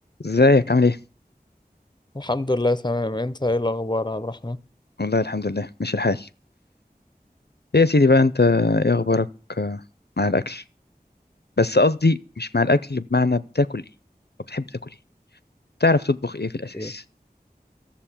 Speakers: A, on the left (about 80°); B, on the left (about 25°).
A: ازيك عامل ايه؟
B: الحمد لله تمام انت ايه الاخبار يا عبد الرحمن
A: والله الحمد لله ماشي الحال ايه يا سيدي بقى انت ايه اخبارك آه، مع الاكل بس قصدي مش مع الاكل بمعنى بتاكل ايه او بتحب تاكل ايه تعرف تطبخ ايه في الاساس
B: ايه